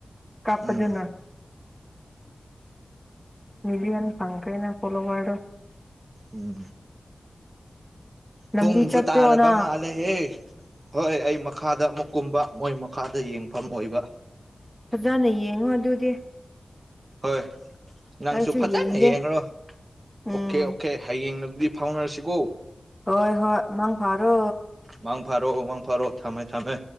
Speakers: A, in the centre; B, on the right (about 35°).
A: ꯀꯥꯞꯄꯗꯅ
B: ꯎꯝ
A: ꯅꯗꯤ ꯑꯅꯤ ꯄ ꯀꯥꯏꯅ ꯀꯣꯂꯣꯧꯕꯗꯣ
B: ꯎꯝ
A: ꯂꯝꯕꯤ
B: ꯊꯨꯝꯁꯨ
A: ꯆꯠꯄ꯭ꯔꯣꯅ
B: ꯇꯥꯔꯕ ꯃꯥꯂ ꯂꯩꯍꯦ ꯍꯣꯏ ꯑꯩ ꯃꯈꯥꯗ ꯑꯃꯨꯛ ꯀꯨꯝꯕ ꯃꯣꯏ ꯃꯈꯥꯗ ꯌꯦꯡꯐꯝ ꯑꯣꯏꯕ
A: ꯐꯖꯅ ꯌꯦꯡꯉꯣ ꯑꯗꯨꯗꯤ
B: ꯍꯣꯏ ꯅꯪꯁꯨ
A: ꯑꯩꯁꯨ
B: ꯐꯖꯅ
A: ꯌꯦꯡꯒꯦ
B: ꯌꯦꯡꯂꯡꯣ
A: ꯎꯝ
B: ꯑꯣꯀꯦ ꯑꯣꯀꯦ ꯍꯌꯦꯡꯅ ꯑꯗꯨꯗꯤ ꯐꯥꯎꯅꯔꯁꯤꯀꯣ
A: ꯍꯣꯏ ꯍꯣꯏ ꯃꯪ ꯐꯥꯔꯣ
B: ꯃꯥꯡ ꯐꯥꯔꯛꯑꯣ ꯃꯥꯡ ꯐꯥꯔꯛꯑꯣ ꯊꯝꯃꯦ ꯊꯝꯃꯦ